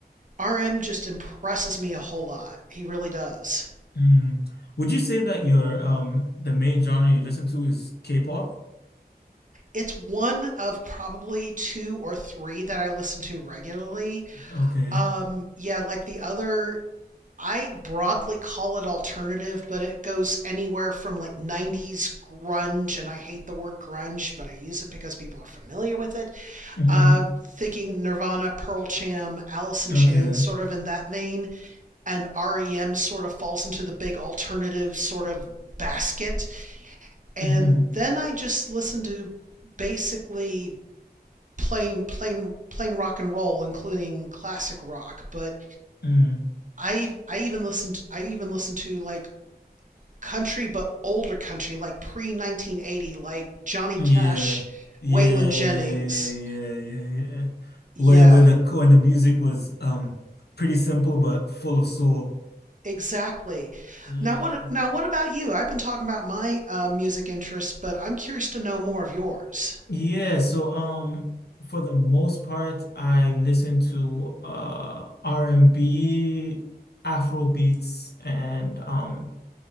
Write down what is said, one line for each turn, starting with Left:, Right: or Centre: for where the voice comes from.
Right: RM just impresses me a whole lot. He really does.
Left: Mm. Would you say that your um the main genre you listen to is K-pop?
Right: It's one of probably two or three that I listen to regularly.
Left: Okay.
Right: Um, yeah, like the other, I broadly call it alternative, but it goes anywhere from like 90s grunge, and I hate the word grunge, but I use it because people are familiar with it
Left: hmm
Right: Uh, thinking Nirvana, Pearl Jam, Alice in
Left: Okay.
Right: Chains, sort of in that vein, and REM sort of falls into the big alternative sort of basket. And
Left: hmm
Right: then I just listened to basically plain plain plain rock and roll, including classic rock. But
Left: Mm.
Right: I I even listened I even listened to like country, but older country, like pre 1980, like Johnny
Left: Yeah.
Right: Cash,
Left: Yeah,
Right: Waylon Jennings.
Left: yeah, yeah, yeah, yeah, yeah.
Right: Yeah,
Left: Where where the when the music was um pretty simple but full of soul.
Right: Exactly.
Left: Yeah.
Right: Now what now what about you? I've been talking about my uh, music interests, but I'm curious to know more of yours.
Left: Yeah, so um for the most part I listen to uh R&B, Afro beats and um